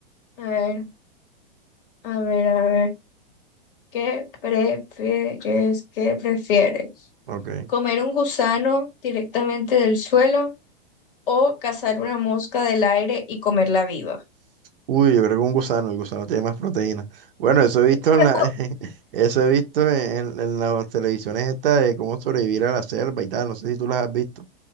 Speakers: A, on the left (about 55°); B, on the right (about 60°).
A: A ver, a ver, a ver. ¿Qué prefieres? ¿Qué prefieres?
B: Ok.
A: ¿Comer un gusano directamente del suelo o cazar una mosca del aire y comerla viva?
B: Uy, yo creo que un gusano, el gusano tiene más proteína. Bueno, eso he visto
A: <laughs>
B: en la, <laughs> eso he visto en, en las televisiones estas de cómo sobrevivir a la selva y tal, no sé si tú las has visto.